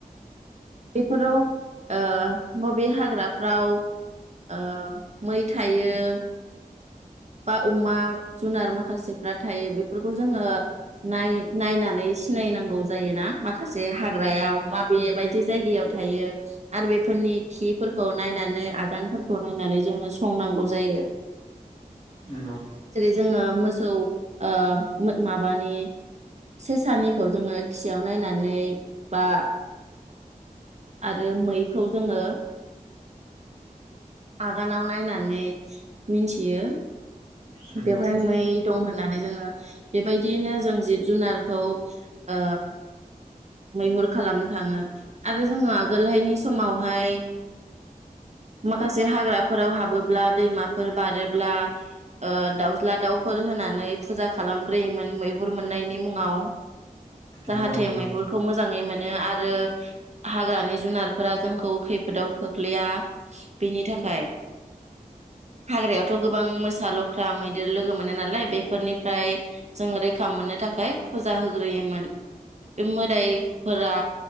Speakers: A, on the right; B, on the left.
A: बेफोराव ओ बबे हाग्राफ्राव ओ मै थायो बा अमा जुनार माखासेफ्रा थायो बेफोरखौ जोङो नाय-नायनानै सिनायनांगौ जायोना माखासे हाग्रायाव माबे बायदि जायगायाव थायो आरो बे फोरनि खिफोरखौ नायनानै आगानफोरखौ नायनानै जोङो स संनांगौ जायो।
B: नंगौ
A: जेरै जोंङो मोसौ ओ मो माबानि सेसानिखौ जोङो खियाव नायनानै बा आरो मैखौ जोङो आगानाव नायना नै मिनथियो।
B: नंगौ
A: बेवहाय मै दं होननानै जोङो बेबायदियैनो जों जिब जुनारखौ ओ मैहुर खालामनो थाङो आरो जोङो आगोलहायनि समावहाय मा खासे हाग्राफोराव हाबोब्ला दैमाफोर बारोब्ला ओ दाउज्ला दाउफोर होनानै फुजा खालामग्रोयोमोन मैहुर मोननायनि मुङाव जाहाथे
B: नंगौ नंगौ
A: मैहुर मोजाङै मोनो आरो हाग्रानि जुनारफोरा जोंखौ खैफोदाव खोख्लैया बिनि थाखाय हाग्रायावथ' गोबां मोसा लख्रा दोर लोगो मोनो नालाय बेफोरनिफ्राय जों रैखा मोननो थाखाय फुजा होग्रोयोमोन। बे मोद <unintelligible> फोरा